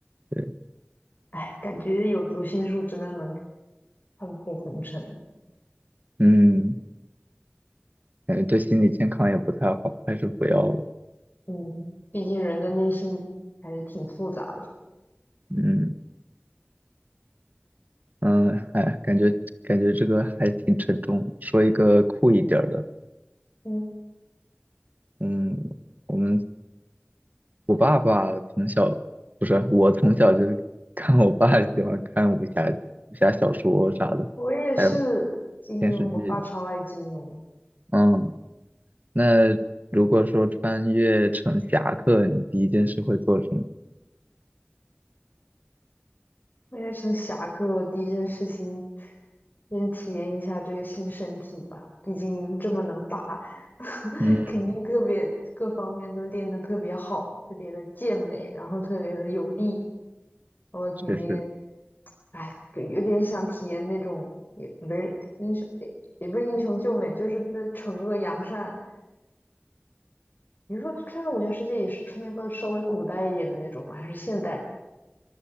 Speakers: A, on the right; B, on the left.
A: 对，
B: 哎，感觉有读心术真的能看破红尘。
A: 嗯。感觉对心理健康也不太好，还是不要了。
B: 嗯，毕竟人的内心还是挺复杂的。
A: 嗯嗯，哎，感觉感觉这个还挺沉重。说一个酷一点儿的，
B: 嗯，
A: 嗯，我们我爸爸从小不是我从小就 <laughs> 看我爸喜欢看武侠武侠小说啥的，
B: 我也是金庸，
A: 还有电视剧。
B: 我爸超爱金庸，
A: 嗯，那如果说穿越成侠客，你第一件事会做什么？
B: 我也从侠客第一件事情，先体验一下这个新身体吧。毕竟这么能打，<laughs>
A: 嗯，
B: 肯定特别各方面都练得特别好，特别的健美，然后特别的有力。我肯定，
A: 确实，
B: 哎，有点想体验那种，也不是英雄，也也不是英雄救美，就是对惩恶扬善，你是说穿越武侠世界也是穿越到稍微古代一点的那种吗？还是现代